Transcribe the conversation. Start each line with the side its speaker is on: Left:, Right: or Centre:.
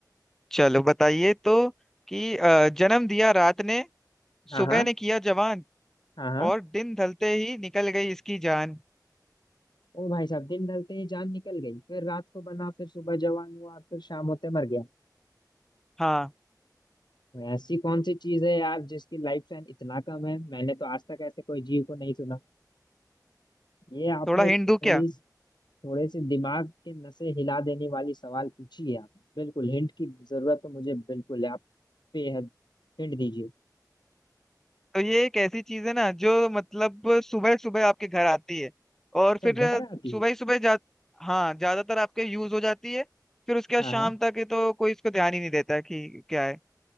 Centre: चलो बताइए तो कि अ, जन्म दिया रात ने
Left: हाँ
Centre: सुबह
Left: हाँ
Centre: ने किया जवान
Left: हाँ हाँ
Centre: और दिन ढलते ही निकल गई इसकी जान
Left: ओ भाई साहब दिन ढलते ही जान निकल गई फिर रात को बना फिर सुबह जवान हुआ फिर शाम होते मर गया
Centre: हाँ
Left: तो ऐसी कौन सी चीज है यार जिसकी लाइफ स्पैन इतना कम है मैंने तो आज तक ऐसे कोई जीव को नहीं सुना ये आपने
Centre: थोड़ा
Left: थोड़ी
Centre: हिंट दूं क्या
Left: थोड़े से दिमाग के नसें हिला देने वाली सवाल पूछी है आपने बिल्कुल हिंट की जरूरत तो मुझे बिल्कुल है आप बेहद हिंट दीजिए
Centre: तो ये एक ऐसी चीज है ना जो मतलब सुबह सुबह आपके घर आती है और
Left: अच्छा
Centre: फिर
Left: घर आती
Centre: सुबह
Left: है
Centre: ही सुबह जा हाँ ज्यादातर आपके यूज हो जाती है फिर उसके बाद
Left: हाँ
Centre: शाम
Left: हाँ
Centre: तक ये तो कोई इसको ध्यान ही नहीं देता कि क्या है